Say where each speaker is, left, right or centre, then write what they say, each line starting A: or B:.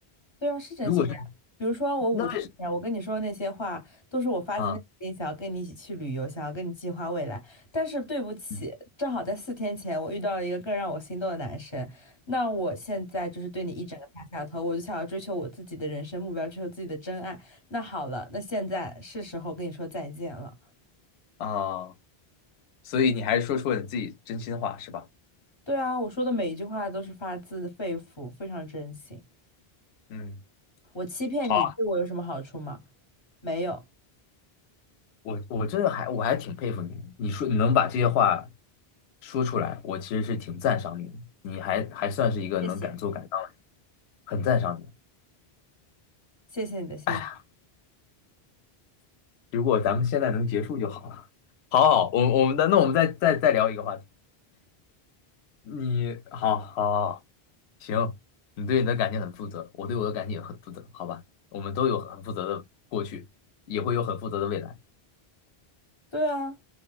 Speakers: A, on the left; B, on the left.
A: 对啊，是真心的呀。
B: 如果是，
A: 比如说，我五天前我跟你说的那些话，
B: 那为什
A: 都是我发自内心想要跟你一起去旅游，
B: 么？啊
A: 想要跟你计划未来。但是对不起，
B: 嗯
A: 正好在四天前我遇到了一个更让我心动的男生，那我现在就是对你一整个大下头，我就想要追求我自己的人生目标，追求自己的真爱。那好了，那现在是时候跟你说再见了。
B: 啊，所以你还是说出了你自己真心话，是吧？
A: 对啊，我说的每一句话都是发自肺腑，非常真心。
B: 嗯。
A: 我欺骗你，
B: 好。
A: 对我有什么好处吗？没有，
B: 我我真的还我还挺佩服你，你说你能把这些话说出来，我其实是挺赞赏你的，你还还算是一个能敢做敢当的人
A: 谢谢，
B: 很赞赏你。
A: 谢谢你的欣赏。
B: 哎呀，如果咱们现在能结束就好了。好好，我我们的那我们再再再聊一个话题。你好好好，行，你对你的感情很负责，我对我的感情也很负责，好吧？我们都有很负责的过去，也会有很负责的未来。
A: 对啊，